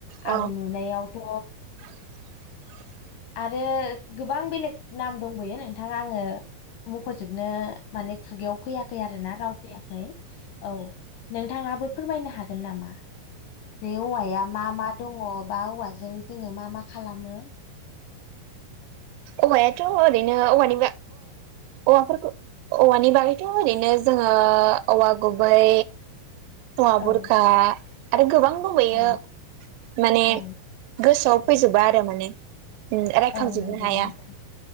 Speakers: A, on the right; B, on the left.
A: औ
B: आं नुनायावथ'
A: <inaudible>
B: आरो गोबां बेलेग नाम दंबोयो नोंथां आंङो मख'जोबनो माने खुगायाव <unintelligible> आरोना राव फैयाखै औ नोंथाङाबो फोरमायनो हागोन नामा जे औवाया मा मा दंङ बा औवाजों जोंङो मा मा खालामो
A: औवायाथ' ओरैनो औवानि औवाफोरखौ औवानि बागैथ' ओरैनो जोङो औवा गुबै औवा बुरखा
B: औ
A: आरो गोबां दबोैयो
B: औ
A: माने
B: औ
A: गोसोआव फैजोबा आरो माने रायखांजोबनो
B: औ नंगौ
A: हाया
B: नोंथां